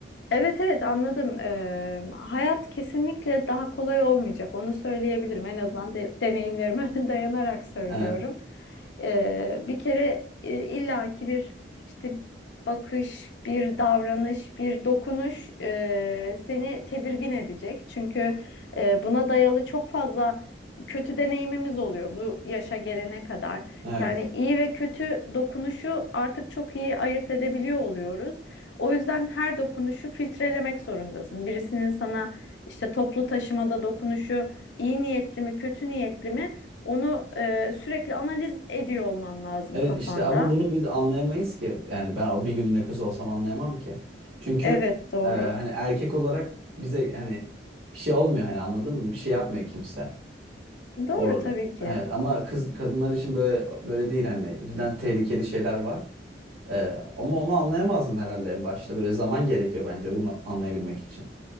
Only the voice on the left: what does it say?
Evet evet anladım. Ee, hayat kesinlikle daha kolay olmayacak. Onu söyleyebilirim. En azından de- deneyimlerime <laughs> dayanarak söylüyorum.
Ee, bir kere e, illaki bir işte bakış, bir davranış, bir dokunuş e, seni tedirgin edecek. Çünkü e, buna dayalı çok fazla kötü deneyimimiz oluyor bu yaşa gelene kadar.
Yani iyi ve kötü dokunuşu artık çok iyi ayırt edebiliyor oluyoruz. O yüzden her dokunuşu filtrelemek zorundasın. Birisinin sana işte toplu taşımada dokunuşu iyi niyetli mi, kötü niyetli mi onu e, sürekli analiz ediyor olman lazım
kafanda.
Evet doğru.
Doğru
tabii ki.